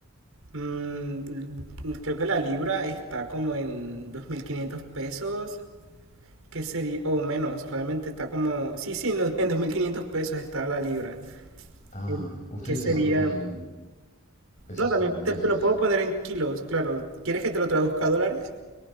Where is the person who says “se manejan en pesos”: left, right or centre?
Left